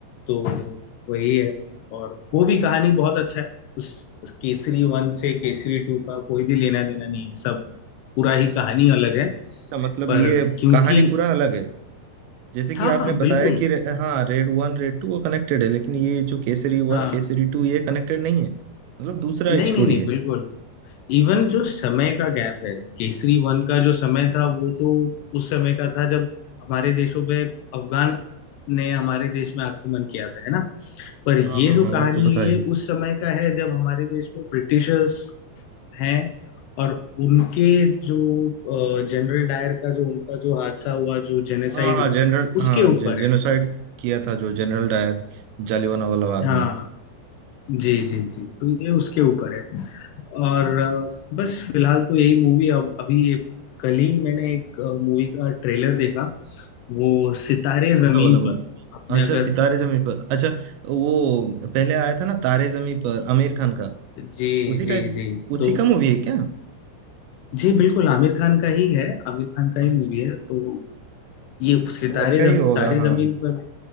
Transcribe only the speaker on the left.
तो वही है और वो भी कहानी बहुत अच्छा है उस, उस केसरी वन से केसरी टू का कोई भी लेना देना नहीं है सब पूरा ही कहानी अलग है
पर
क्योंकि
हाँ
हाँ बिल्कुल
हाँ
नहीं
नहीं नहीं
बिल्कुल इवन जो समय का गैप है केसरी वन का जो समय था वो तो उस समय का था जब हमारे देशों पे अफगान ने हमारे देश में आक्रमण किया था है ना पर
ये
जो
कहानी
है ये
उस समय का है जब हमारे देश में ब्रिटिशर्स हैं और उनके जो जनरल डायर का जो उनका जो हादसा हुआ जो जेनेसाइड
हुआ
उसके
ऊपर
है
हाँ
जी, जी, जी। तो ये उसके ऊपर है और अ, बस फिलहाल तो यही मूवी अब अभी एक कल ही मैंने एक मूवी का ट्रेलर देखा वो सितारे
जमीन
पर आपने
अगर
जी
जी
जी
तो
जी बिल्कुल आमिर खान का ही है आमिर खान का
ही मूवी है तो ये सितारे
जम,
तारे
जमीन पर